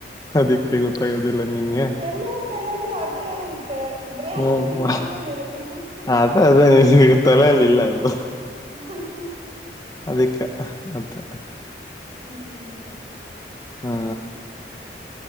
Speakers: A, on the left (about 20°); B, on the right (about 35°).
A: ಅದಕ್ಕೆ ಗೊತ್ತಾಗೋದಿಲ್ಲ ನಿಂಗೆ
B: ಎಲ್ಲರ ತಲೆಯಲ್ಲಿ ಅದೇ ಇರುತ್ತೆ ಬ್ರೇಹನ್
A: ಹ್ಮ್
B: ಬಿಟ್ಟು ಇನ್ನೇನ್ ಇರುತ್ತೆ ಮತ್ತೆ
A: ಅದ ಅದೇ ನಿನ್ ಈಗ ತೊಲೆಯಲ್ಲಿಲ್ಲ ಅದು
B: ಹ
A: ಅದಕ್ಕೆ ಮತ್ತೆ
B: ಹ್ಮ್ ಹ್ಮ್ ಹ್ಮ್
A: ಹಾ